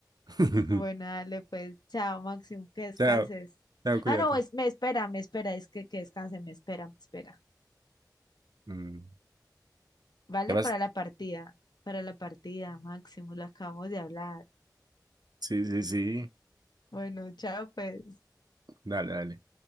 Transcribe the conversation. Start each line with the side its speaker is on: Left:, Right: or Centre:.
Right: <laughs>
Left: Bueno, dale pues, chao Máximo, que descanses.
Right: Chao, chao, cuídate.
Left: Ah, no, es, me espera, me espera, es que que descanse, me espera, me espera.
Right: Mm,
Left: Vale,
Right: ¿Qué más?
Left: para la partida, para la partida, Máximo, lo acabamos de hablar.
Right: Sí, sí, sí.
Left: Bueno, chao, pues.
Right: Dale, dale.